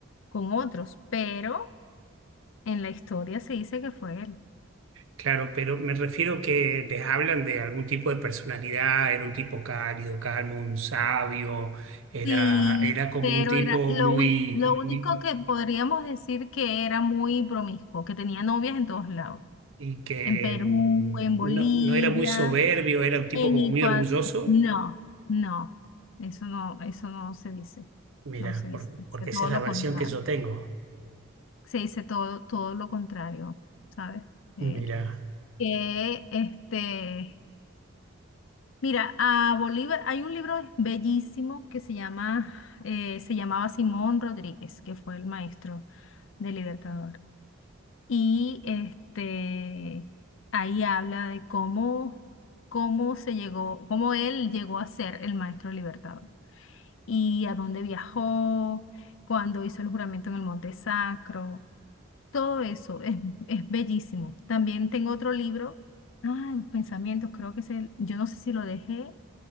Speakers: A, on the left (about 65°); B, on the right (about 75°).
A: con otros, pero en la historia se dice que fue él.
B: Claro, pero me refiero que les hablan de algún tipo de personalidad, era un tipo cálido, calmo, un sabio, era,
A: Sí,
B: era como
A: pero
B: un tipo
A: era lo,
B: muy,
A: un- lo único
B: muy-
A: que podríamos decir que era muy promiscuo, que tenía novias en todos lados,
B: y que
A: en Perú,
B: mm,
A: en Bolivia,
B: no, no era muy soberbio, era un tipo
A: en
B: como muy
A: Ecuador.
B: orgulloso.
A: No, no, eso no, eso no se dice,
B: Mira,
A: no se dice,
B: por-
A: se dice
B: porque
A: todo
B: esa es
A: lo
B: la versión
A: contrario,
B: que yo tengo.
A: se dice todo, todo lo contrario, ¿sabes? Eh,
B: Mira,
A: que este Mira, a Bolívar hay un libro bellísimo que se llama, eh, se llamaba Simón Rodríguez, que fue el maestro del Libertador. Y este, ahí habla de cómo, cómo se llegó, cómo él llegó a ser el maestro Libertador y a dónde viajó, cuando hizo el juramento en el Monte Sacro. Todo eso es, es bellísimo. También tengo otro libro, ah, Los Pensamientos, creo que es el, yo no sé si lo dejé